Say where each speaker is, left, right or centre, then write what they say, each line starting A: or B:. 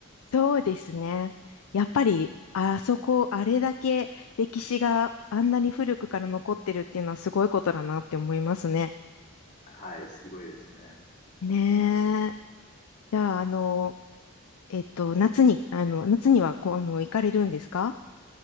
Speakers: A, on the left; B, on the left.
A: そうですね。やっぱり、あそこ、あれだけ歴史があんなに古くから残ってるっていうのはすごいことだなって思いますね。
B: はい、すごいですね。
A: ねえ。じゃあ、あの、えっと、夏に、あの、夏にはこう、あの、行かれるんですか